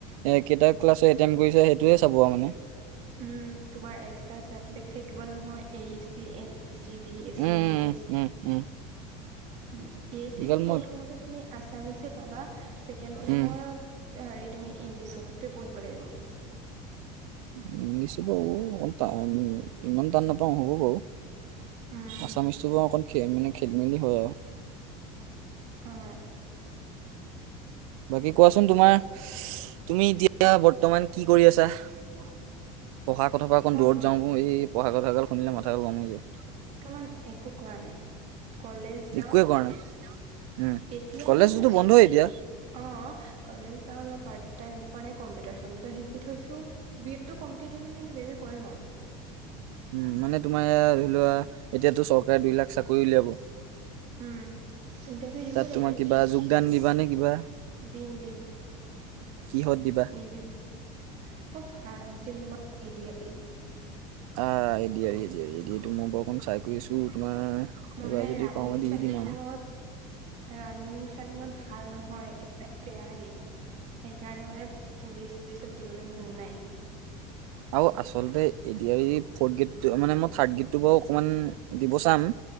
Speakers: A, on the right; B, on the right.
A: এ কেইটা ক্লাছ এটেন কৰিছে সেইটোৱে চাব আ মানে।
B: উম তোমাৰ এক্সট্ৰা চাবজেক্ট থাকিব নহয় A E C, A C V AC
A: um um
B: এনেকে।
A: উম উম।
B: উম এ ই চিটো
A: এইগাল
B: প্ৰথমতে
A: মই
B: তুমি আছামিছে পাবা ছেকেণ্ড চেমত
A: উম,
B: তে হেৰি তুমি ইংলিছততে পঢ়িব লাগিব।
A: নি নিিছু ব অ ত <inaudible> ইমান টান নাপাওঁ হ'ব বাৰু,
B: উম
A: আছামিজটো বাৰু অকণ মানে খেলি মেলি হয় আৰু।
B: অঁ।
A: বাকী কোৱাচোন তোমাৰ ইচ তুমি এতিয়া বৰ্তমান কি কৰি আছা? পঢ়া কথাৰ পৰা অকণ
B: মই
A: দূৰত যাওঁ এই পঢ়া কথা গাল শুনিলে মাথা গৰম হৈ যায়।
B: অকমান একো কৰা নাই। কলেজ যাও,
A: একোৱে
B: আহ
A: কৰা নাই উম।
B: এতিয়া
A: কলেজতো
B: ইনেই আছো।
A: বন্ধই এতিয়া
B: অঁ কলেজ যাওঁ যাও পাৰট টাইম এনেকুৱা নাই কম্পিটাৰ - চম্পিটাৰ শিকি থৈছো। টো কমপ্লিত হ'লে মানে কিবা -কিবি কৰিম আৰু।
A: উম মানে তোমাৰ ধৰি লোৱা এতিয়াতো চৰকাৰে দুই লাখ চাকৰি উলিয়াব।
B: উম ইণ্টাৰভিউ দিব
A: তাত
B: লাগিব
A: তোমাৰ কিবা যোগদান দিবা নে কিবা?
B: দিম দিম,
A: কিহত দিবা?
B: নিদিম। মই ভাবিছিলো তোমাৰ এ দি আৰ ই।
A: আহ A D R E A D R E A D R E মই বৰ অকন ট্ৰাই কৰি আছো তোমাৰ।
B: মই
A: এইবাৰ
B: মানে
A: যদি
B: ৰানিং
A: পাওঁ দি
B: চানিংত
A: দিম আৰু।
B: ৰানিং চানিঙত ভাল নহয় একেবাৰে বেয়াহেই। সেইকাৰণে মানে পুলিচ - চুলিচত দিবলৈ মন নাই।
A: আৰু আচলতে এ দি আৰ ই ফথ' গ্ৰেড মানে মই থাৰ্ড গ্ৰেডটো বাৰু অকমান দিব চাম।